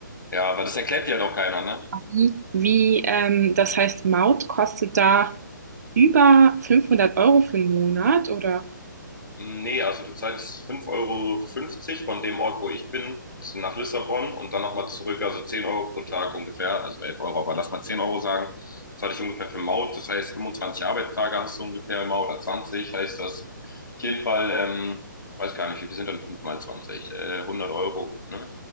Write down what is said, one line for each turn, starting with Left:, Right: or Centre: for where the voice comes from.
Left: Ja, weil das erklärt dir ja doch keiner, ne?
Right: was. Mhm. Wie, ähm das heißt, Maut kostet da über 500 Euro für einen Monat oder
Left: Nee, also du zahlst fünf Euro fünfzig von dem Ort, wo ich bin, nach Lissabon und dann nochmal zurück, also 10 Euro pro Tag ungefähr, also 11 Euro, aber lass mal 10 Euro sagen. Das hatte ich ungefähr für Maut, das heißt 25 Arbeitstage hast du ungefähr immer oder 20, heißt das auf jeden Fall, ähm, weiß gar nicht, wie viel sind dann 5 mal 20? Äh, 100 Euro, ne?